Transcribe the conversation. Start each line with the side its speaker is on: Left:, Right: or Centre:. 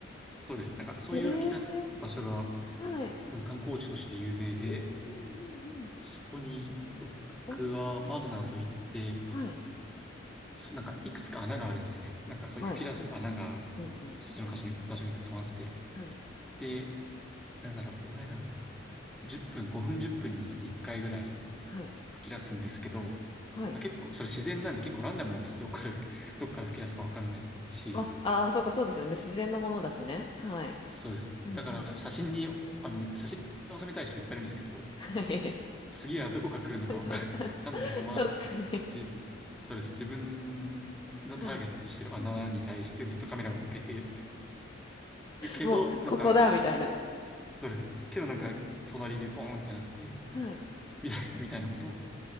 Centre: そうです。なんかそういう吹き出す場所が
Left: ええはい。
Centre: 多分観光地として有名で、
Left: うんうんうんうん。
Centre: そこに僕はパートナーと行って、
Left: おー。はい。
Centre: そなんかいくつか穴があるんですね。なんかそういう吹き出す穴が
Left: はい。はい。うんうん。
Centre: 一つの箇所に、
Left: はい。
Centre: 場所に溜まってて。
Left: はい。
Centre: で、なんだろう、どんぐらいだろうな。10分、5分10分に1回ぐらい
Left: はい。
Centre: 吹き出すんですけど、
Left: はい。
Centre: まあ結構それ自然なんで結構ランダムなんですよ。どっから吹き、どっから吹き出すかわかんないし。
Left: あ、ああ、そうか、そうですよね。自然のものだしね。はい。
Centre: そうです。
Left: うんうん。
Centre: だから写真に、あの、む写真に収めたい人いっぱいいるんですけど、
Left: はい。
Centre: 次はどこが来るのかわかん、
Left: <laughs> そう、
Centre: <laughs> わかんないまま、
Left: <laughs> 確かに。
Centre: 自分、そうです。自分のターゲットとしてる穴に対してずっとカメラを向けて
Left: はい。うんう
Centre: るけど、
Left: ん。もう、
Centre: なんか、
Left: ここだみたいな。
Centre: そうです。けどなんか、隣でボーンってなって、
Left: はい。
Centre: みたい、みたいなことを